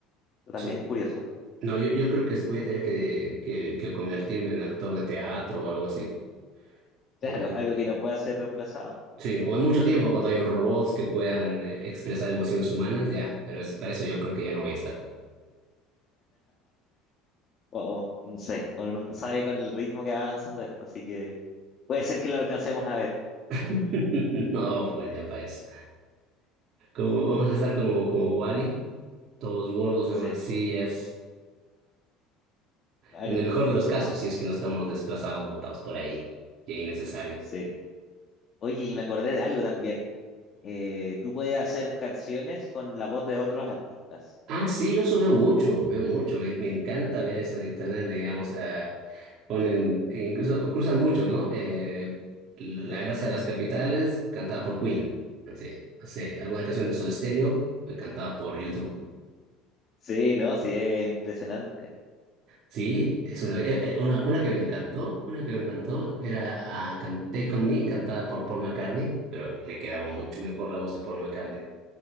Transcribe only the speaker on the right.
sí.
No, yo, yo creo que voy a tener que, que, que convertirme en actor de teatro o algo así, porque
Sí, o en mucho tiempo, cuando hay un robots que puedan eh, expresar emociones humanas, ya, pero es, para eso yo creo que ya no voy a estar. pues.
<laughs> No, pues ya para eso. Como, vamos a estar como, como Wally, todos gordos en
unas sillas,
en el mejor de los casos, si es que no estamos desplazados, botados por ahí, ya innecesarios.
Ah, sí, yo eso veo mucho, veo mucho. Me, me encanta ver eso en internet, digamos. ah, ponen, e incluso cruzan mucho, ¿no? Eh, La
grasa de las capitales, cantada por Queen. Sí, no sé, alguna canción de Soda Stereo, fue cantada por YouTube.
Sí, es una, eh, eh, una, una que me encantó, una que me encantó, era ah, can- Take On Me, cantada por Paul McCartney, pero le quedaba mucho mejor la voz de Paul McCartney.